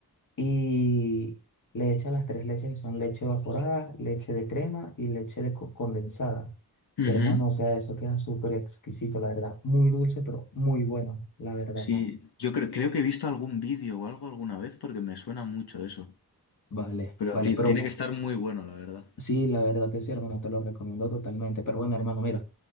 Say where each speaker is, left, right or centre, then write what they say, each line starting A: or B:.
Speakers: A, on the left; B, on the left.
A: y le echas las tres leches que son leche evaporada, leche de crema y leche de co- condensada.
B: No,
A: Y hermano, o sea, eso queda súper exquisito, la verdad. Muy dulce, pero muy bueno, la verdad.
B: Sí, yo creo, creo que he visto algún vídeo o algo alguna vez porque me suena mucho eso.
A: Vale,
B: Pero
A: vale,
B: ti-
A: pero
B: tiene que no, estar muy bueno, la verdad.
A: Sí, la verdad que sí, hermano, te lo recomiendo totalmente. Pero bueno, hermano, mira,